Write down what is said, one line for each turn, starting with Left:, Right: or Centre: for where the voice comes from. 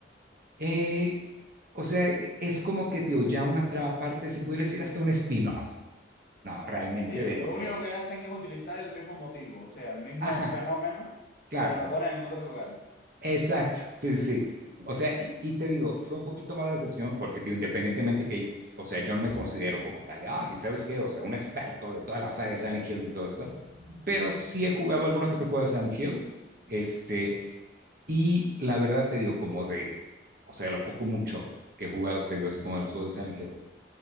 Right: Eh, o sea, es como que, tío, ya una trama aparte, se pudiera decir hasta un spin-off, no, realmente
Left: Sí,
Right: de lo
Left: lo único
Right: que.
Left: que hacen es utilizar el mismo motivo, o sea, el mismo
Right: Ajá,
Left: fenómeno,
Right: claro,
Left: pero lo ponen en otro lugar.
Right: exacto, sí, sí, sí. O sea, y, y te digo, fue un poquito mala decepción porque, tío, independientemente que, o sea, yo no me considero como tal de, ay, ¿sabes qué? O sea, un experto de toda la saga de Silent Hill y todo esto, pero sí he jugado alguno que otro juego de Silent Hill, este, y la verdad te digo, como de, o sea, lo poco mucho que he jugado, te digo, así como de los juegos de Silent Hill,